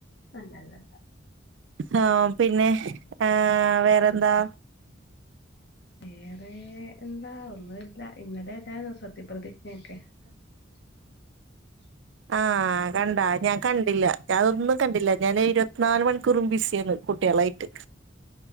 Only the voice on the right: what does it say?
ആഹ പിന്നെ ഏ വേറെന്താ
ആഹ കണ്ടാ ഞാൻ കണ്ടില്ല ഞാൻ അതൊന്നും കണ്ടില്ല ഞാാന് ഇരുപത്തിനാല് മണിക്കൂറും ബിസിയാണ് കുട്ടികളായിട്ട്